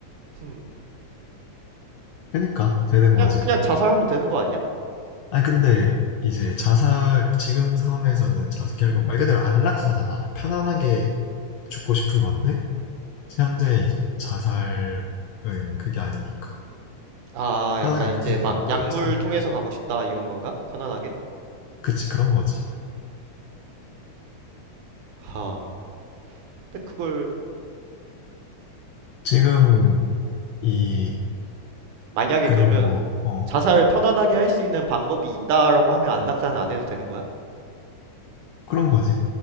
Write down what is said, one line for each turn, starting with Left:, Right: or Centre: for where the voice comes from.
Right: 음.
Left: 그러니까 되는
Right: 그냥
Left: 거지.
Right: 그냥 자살하면 되는 거 아니야?
Left: 아니 근데 이제 자살 지금 상황에서는 자살 결국 말 그대로 안락사잖아. 편안하게 죽고 싶은 건데 현재 이- 자살은 그게 아니니까
Right: 아,
Left: 편하게
Right: 약간 이제
Left: 죽을 수 있는
Right: 막
Left: 방법이
Right: 약물
Left: 없잖아.
Right: 통해서 가고 싶다 이런 건가? 편안하게?
Left: 그치 그런 거지.
Right: 하. 근데 그걸
Left: 지금 이
Right: 만약에
Left: 그리고
Right: 그러면
Left: 어
Right: 자살을 편안하게 할 수 있는 방법이 있다라고 하면 안락사는 안 해도 되는 거야?
Left: 그런 거지.